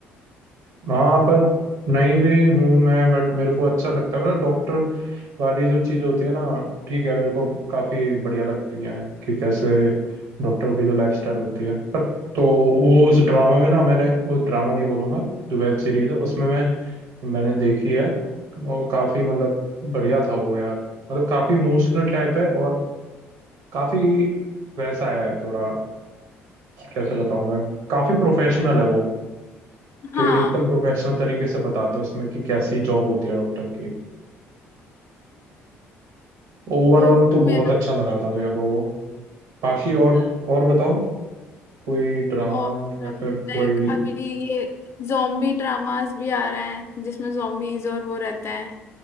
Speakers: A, on the right (about 65°); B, on the left (about 40°).
A: हाँ पर नहीं भी हूँ मैं बट मेरे को अच्छा लगता है मतलब डॉक्टर वाली जो चीज़ होती है ना ठीक है मेरे को काफ़ी बढ़िया लगती है कि कैसे डॉक्टरों की जो लाइफस्टाइल होती है पर तो वो उस ड्रामा में ना मैंने वो ड्रामा नहीं बोलूँगा जो वेब सीरीज है उसमें मैं मैंने देखी है और वो काफ़ी मतलब बढ़िया था वो यार मतलब काफ़ी इमोशनल टाइप है और काफ़ी वैसा है थोड़ा कैसे बताऊँ मैं काफ़ी प्रोफेशनल है वो
B: हाँ
A: कि एकदम प्रोफेशनल तरीके से बताते हो उसमें कि कैसी जॉब होती है डॉक्टर की ओवरऑल
B: तो
A: तो बहुत
B: मैं
A: अच्छा लगा था मेरे को वो बाकी और और बताओ कोई ड्रामा
B: और
A: या फिर
B: लाइक
A: कोई
B: अभी ये जॉम्बी ड्रामास भी आ रहे हैं जिसमें जॉम्बीज और वो रहते हैं